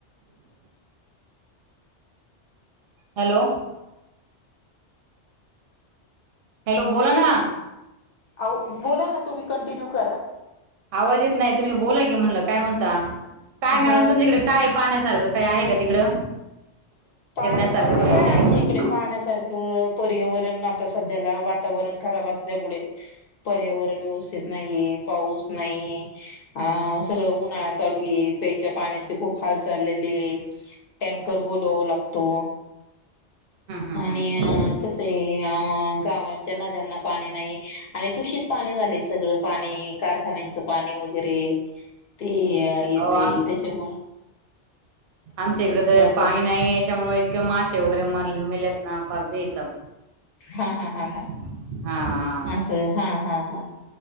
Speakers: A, on the right (about 60°); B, on the left (about 60°).
A: hello. हॅलो, बोला ना.
B: आव बोला ना तुम्ही कंटिन्यू करा.
A: आवाज येत नाही तुम्ही बोला की म्हणलं काय म्हणता, काय मॅडम
B: हा
A: तुमच्याकडे काय पाण्यासारखं. काय आहे का तिकडं.
B: पाण्यासारख
A: फिरण्यासारखं काही
B: काय
A: आहे
B: आमच्या
A: का हम्म
B: इकडे पाण्यासारखं पर्यावरण आता सध्याला वातावरण खराब असल्यामुळे पर्यावरण व्यव स्थित नाहीे पाऊस नाही आ सगळ उन्हाळा चालू आहे प्याच्या पाण्या च खूप हाल चाललेले, टँकर बोलवावं लागतो.
A: हम्म
B: आणि
A: हम्म
B: आता तसे अ गावांच्या नद्यांना पाणी नाही आणि दूषित पाणी झालय सगळं पाणी. कारखान्यांचं पाणी वगैरे ते येतंय
A: अहो आम
B: त्याच्यामुळ
A: आमच्या इकड तर पाणी
B: प्रॉ
A: नाही याच्यामुळे इतके मासे वगैरे मर मेल्यात ना पार बे हिसब.
B: हा हा हा हा.
A: हा.
B: असं हा हा. हा